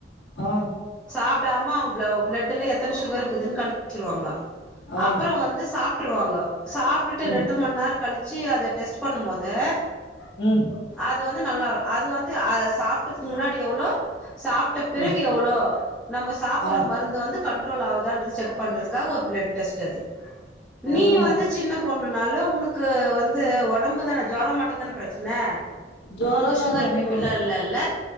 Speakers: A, on the left (about 75°); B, in the centre.
A: ஆ
B: சாப்டாம அவங்க பிளட்டு்ல எத்தன சுகர் இருக்குதுன்னு கண்டுபிடிச்சிருவாங்க
A: ஆ
B: அப்பறம் வந்து சாப்பிட்டுருவாங்க சாப்ட்டுட்டு
A: ம்
B: ரெண்டு மணி நேரம் கழி ச்சு அத டெஸ்ட் பண்ணும் போது
A: ம்
B: அது வந்து நல்லா இரு அது வந்து சாப்டத்துக்கு முன்னாடி எவ்ளோ சாப் ட்ட பிறகு
A: அ
B: எவ்ளோ நம்ம சாப்ற
A: ஆ
B: மருந்து வந்து கண்ட்ரோல் ஆவுதா செக் பண்றதுக்காக ஒரு பிளட் டெஸ்ட் அது நீ
A: ஆஹா
B: வந்து சின்ன பொண்ணுனால உனக்கு வந்து ஒடம்பு தானே ஜொர மட்டும் தான பிரச்சன
A: ஜொரந்தா
B: உனக்கு சுகர்
A: ரொம்போ
B: பீப்பில்லா இல்லல்ல